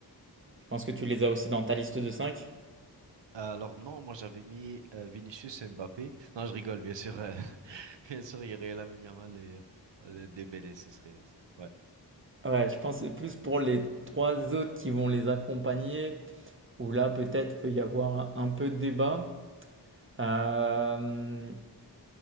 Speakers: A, on the right; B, on the right.
A: Je pense que tu les as aussi dans ta liste de 5.
B: Alors non, moi j'avais mis euh, Vinicius et Mbappé. Non, je rigole, bien sûr. euh, <laughs> bien sûr, il y aurait Lamine Yamal et, et Dembélé, ce serait... Ouais.
A: Ouais, je pense que c'est plus pour les trois autres qui vont les accompagner, où là peut-être peut y avoir un peu de débat. Euh,